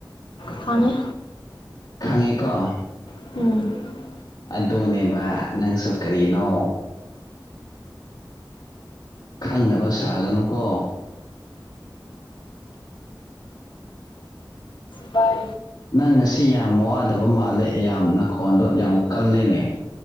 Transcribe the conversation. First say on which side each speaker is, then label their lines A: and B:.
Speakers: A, on the left; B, on the left.
A: ꯈꯡꯒꯦ
B: ꯈꯪꯉꯦꯀꯣ
A: ꯎꯝ
B: ꯑꯗꯨꯅꯦꯕ ꯅꯪꯁꯨ ꯀꯔꯤꯅꯣ ꯈꯪꯗꯕ ꯁꯥꯒꯅꯨ ꯀꯣ
A: ꯕꯥ
B: ꯅꯪ ꯉꯁꯤ ꯌꯥꯝ ꯋꯥꯗꯕ ꯃꯥꯜꯂꯦ ꯌꯥꯝ ꯅꯈꯣꯟꯗꯣ ꯌꯥꯝ ꯀꯜꯂꯦꯅꯦ